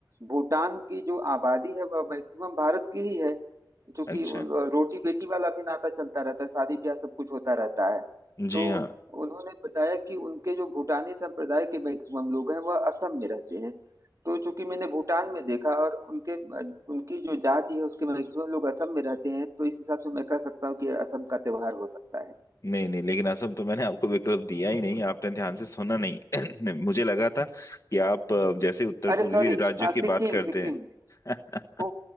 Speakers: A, on the right; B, on the left.
A: भूटान की जो आबादी है वह मैक्सिमम भारत की ही है क्योंकि
B: अच्छा
A: रोटी बेटी वाला भी नाता चलता रहता है शादी ब्याह सब कुछ होता रहता है
B: जी
A: तो
B: हाँ
A: उन्होंने बताया कि उनके जो भूटानी संप्रदाय के मैक्सिमम लोग हैं वह असम में रहते हैं तो चूंकि मैंने भूटान में देखा और उनके उनकी जो जाति है उसके मैक्सिमम लोग असम में रहते हैं तो इस हिसाब से मैं कह सकता हूँ कि असम का त्योहार हो सकता है
B: नहीं नहीं लेकिन असम तो मैंने आपको विकल्प दिया ही नहीं आपने ध्यान से सुना नहीं <clears throat> मुझे लगा था कि आप अ, जैसे उत्तर
A: अरे
B: पूर्वी
A: सॉरी
B: राज्यों की
A: सिक्किम
B: बात करते
A: सिक्किम
B: हैं <laughs>
A: ओ